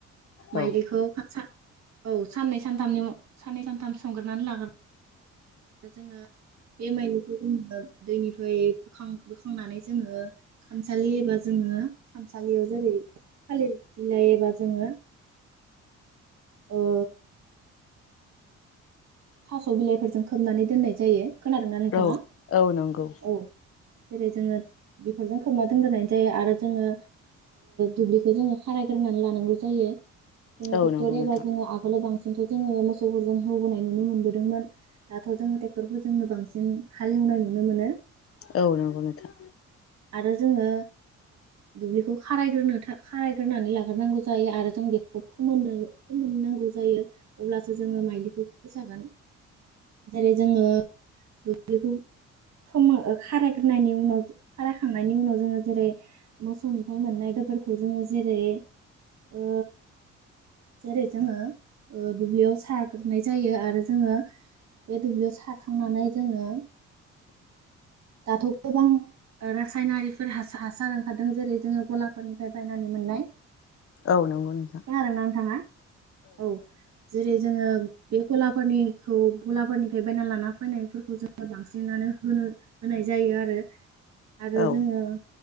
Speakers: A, on the right; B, on the left.
A: माइलिखौ
B: औ
A: औ साननै सानथामनि साननै सानथाम सोमग्रोनानै लाग्रो जोङो बे <unintelligible> दैनिफ्राय बोखां बोखांनानै जोङो खामसालि एबा जोङो खामसालियाव जेरै थालिर बिलाइ एबा जोङो ओ थास' बिलाइफोरजों खोबनानै दोननाय जायो। खोनादोंना नोंथाङा
B: औ औ नंगौ।
A: औ जेरै जोङो बेफोरजों खोमा दोनग्रोनाय जायो आरो जोङो दुब्लिखौ जोङो खारायग्रोनानै लानांगौ जायो जोङो
B: औ
A: टेक्टर
B: नंगौ
A: एउब्ला
B: नोंथां
A: आगोला <unintelligible> नुनो मोनबोदोंमोन दाथ जोङो टेक्ट टेक्टरखौ जोंनो बांसिन हालेवनाय नुनो मोनो
B: औ नंगौ नोंथां
A: आरो जोङो दुब्लिखौ खारायग्रोनो था खारायग्रोनानै लाग्रोनांगौ जायो आरो जों बेखौ फोमोननो फोमोननांगौ जायो अब्लासो जोङो माइलिखौ जागोन जेरै जोङो दुब्लिखौ फोमो खारायग्रोनायनि उनाव खारायखांनायनि उनाव जोङो जेरै मोसौनिफ्राय मोननाय गोबोरखौ जोङो जेरै ओ जेरै जोङो दुब्लियाव सारगोनाय जायो आरो जोङो बे दुब्लियाव सारखांनानै जोङो <unintelligible> गोबां रासायनारिफोर हासार ओंखारदों जेरै जोङो गलाफोरनिफ्राय बायनानै मोननाय।
B: औ नंगौ नोंथां
A: खोनादों ना नोंथाङा औ जेरै जोङो। बे गलाफोरनिखौ गलाफोरनिफ्राय बायना लाना फैनायफोरखौ जोङो बांसिनानो होनो होनाय जायो आरो-आरो
B: औ
A: जोङो।